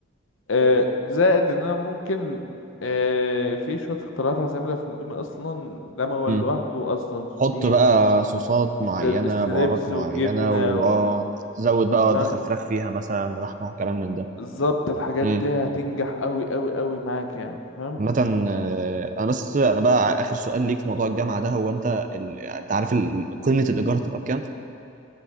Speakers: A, on the left; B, on the right.
A: آه، زائد ان انا ممكن آه، في شوية اختراعات هعملها في الاندومي اصلا ده موال
B: مم.
A: لوحده اصلا سوسيس
B: حط بقى صوصات معينة
A: وستر- ستريبس
B: بهارات معينة
A: وجبنة
B: واه
A: و...
B: زود بقى
A: فاهم
B: دخل فراخ فيها مثلا لحمة وكلام من ده
A: بالظبط الحاجات
B: مم.
A: دي هتنجح قوي قوي قوي معاك يعني فاهم
B: عامة آه، انا بس انا بقى اخر سؤال ليك في موضوع الجامعة ده هو انت ال... انت عارف ال... قيمة الايجار هتبقى بكام؟